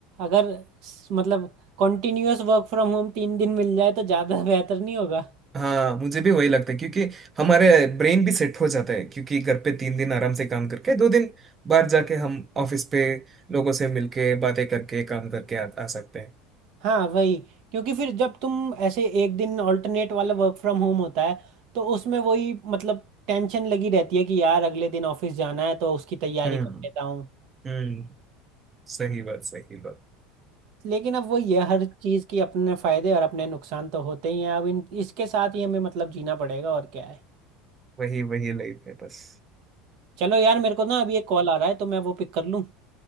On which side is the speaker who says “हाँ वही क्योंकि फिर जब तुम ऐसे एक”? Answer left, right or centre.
Right